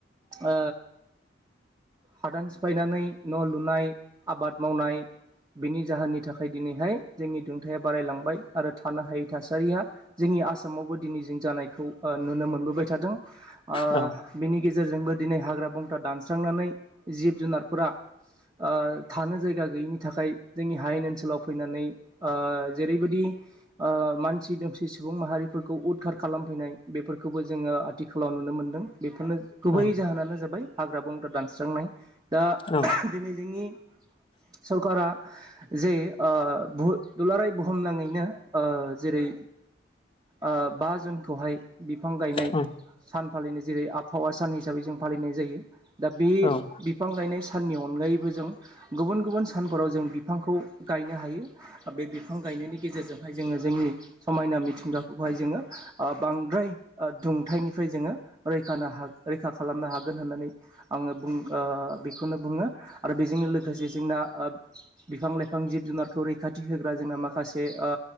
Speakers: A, on the right; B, on the left.
A: ओ हादान सिफायनानै न' लुनाय आबाद मावनाय बिनि जाहोननि थाखाय दिनैहाय जोंनि दुंथाया बारायलांबाय आरो थानो हायै थासारिया जोंनि आसामावबो दिनै जों जानायखौ नुनो मोनबोबाय थादों ओ
B: औ
A: बेनि गेजे गेजेरजोंबो दिनै हाग्रा बंग्रा दानस्रांनानै जिब जुनारफोरा ओ थानो जायगा गैयिनि थाखाय जोंनि हायेन ओनसोलाव फैनानै ओ जेरैबायदि ओ मानसि दोमसि सुबुं माहारि फोरखौ उदखार खालामफैनाय बेफोरखौबो जोङो आथिखालाव नुनो मोनदों बेफोरनो गुबै
B: औ
A: जाहोनानो जाबाय हाग्रा बंग्रा दानस्रांनाय दा
B: औ
A: दिनै जोंनि सरकारा जे ओ बु दुलाराय बुहुमनाङैनो ओ जेरै ओ बा जुनखौहाय बिफां गायनाय
B: औ
A: सान फालिनो जेरै आबहावा सा सान हिसाबै जों फालिनाय जायो। दा बे
B: औ
A: बिफां गायनाय साननि अनगायैबो जों गुबुन गुबुन सानफोराव जों बिफांखौ गाय गायनो हायो बे बिफां गायनायनि गेजेरजोंहाय जोङो जोंनि समायना मिथिंगाखौहाय जोङो ओ बांद्राय ओ दुं हाथाइनिफ्राय जोङो रैखानो हा- रैखा खालामनो हागोन होननानै आङो बुं ओ बेखौनो बुङो आरो बेजोंनो लोगोसे जोंना ओ बिफां लाइफां जिब जुनारखौ रैखाथि होग्रा जोंना माखासे ओ